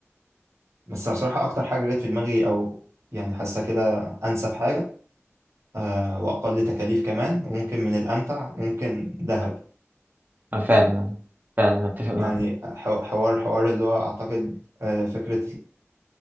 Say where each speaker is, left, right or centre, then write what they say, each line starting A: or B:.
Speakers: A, on the right; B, on the right.
A: بس أنا بصراحة أكتر حاجة جت في دماغي أو يعني حاسة كده أنسب حاجة أه وأقل تكاليف كمان وممكن من الأمتع ممكن دهب
B: آه، فعلا آه، فعلا اتفق معاك
A: يعني ح- حوار حوار اللي هو أعتقد آه، فكرة